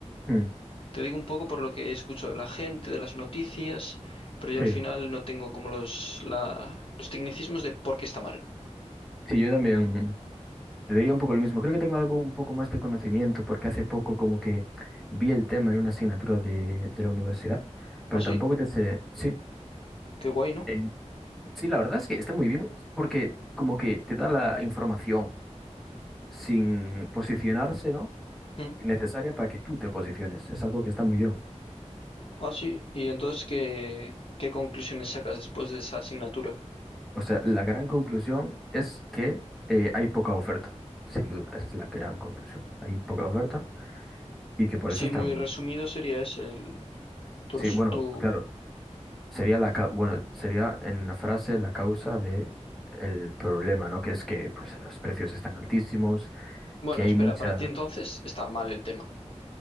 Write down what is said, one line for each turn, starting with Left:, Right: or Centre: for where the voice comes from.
Centre: Hmm,
Left: Te digo un poco por lo que escucho de la gente, de las noticias, pero yo
Centre: Sí,
Left: al final no tengo como los, la, los tecnicismos de por qué está mal.
Centre: sí, yo también te diría un poco lo mismo. Creo que tengo algo un poco más de conocimiento porque hace poco como que vi el tema en una asignatura de, de la universidad, pero
Left: Ah, sí,
Centre: tampoco te sé, sí,
Left: qué guay, ¿no?
Centre: en- sí, la verdad es que está muy bien porque como que te da la información sin posicionarse, ¿no?
Left: Mm,
Centre: Necesaria para que tú te posiciones. Es algo que está muy bien.
Left: Ah, sí, y entonces, ¿qué, qué conclusiones sacas después de esa asignatura?
Centre: O sea, la gran conclusión es que eh, hay poca oferta, sin duda, esa es la gran conclusión. Hay poca oferta y que por
Left: Sí,
Centre: eso están...
Left: muy resumido sería ese el, tu,
Centre: Sí,
Left: res-
Centre: bueno,
Left: tu...
Centre: claro, sería la ca- bueno, sería en una frase la causa de el problema, ¿no? Que es que pues los precios están altísimos,
Left: Bueno,
Centre: que hay
Left: espera,
Centre: mucha...
Left: para ti entonces está mal el tema.